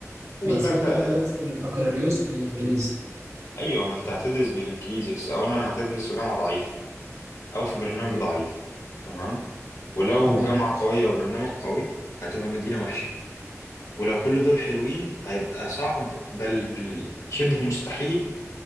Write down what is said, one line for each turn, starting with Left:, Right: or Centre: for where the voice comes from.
Right: باثبات
Left: دخل...
Right: ان انا درست البكالوريوس بالانجليزي
Left: ايوه ما انت هتدرس بالانجليزي بس اولا هتدرس في جامعه ضعيفه او في برنامج ضعيف تمام ولو
Right: تمام
Left: جامعه قويه وبرنامج قوي هتبقى مدينه وحشه ولو كل دول حلوين هيبقى صعب بل, بل شبه مستحيل